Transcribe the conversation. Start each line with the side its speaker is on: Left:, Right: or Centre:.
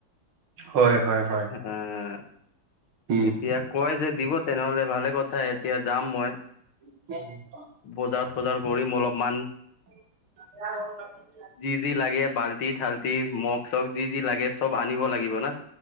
Right: হয় হয় হয়
Left: উম
Right: <inaudible>
Left: এতিয়া কয় যে দিব। তেনেহলে ভালে কথা, এতিয়া যাম মই
Right: <unintelligible>
Left: বজাৰ চজাৰ কৰিম অলপমান।
Right: <unintelligible>
Left: যি যি লাগে, বাল্টি-থাল্টি মগ চগ যি যি লাগে চব আনিব লাগিব না।